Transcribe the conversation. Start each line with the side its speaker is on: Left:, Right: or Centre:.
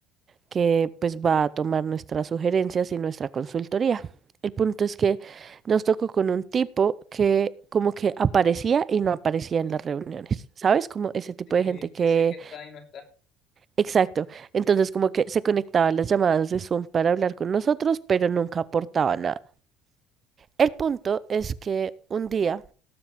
Right: que pues va a tomar nuestras sugerencias y nuestra consultoría. El punto es que nos tocó con un tipo que como que aparecía y no aparecía en las reuniones, ¿sabes? Como ese tipo
Left: Sí,
Right: de gente que
Left: ese que está y no está.
Right: Exacto. Entonces como que se conectaban las llamadas de Zoom para hablar con nosotros, pero nunca aportaba nada. El punto es que un día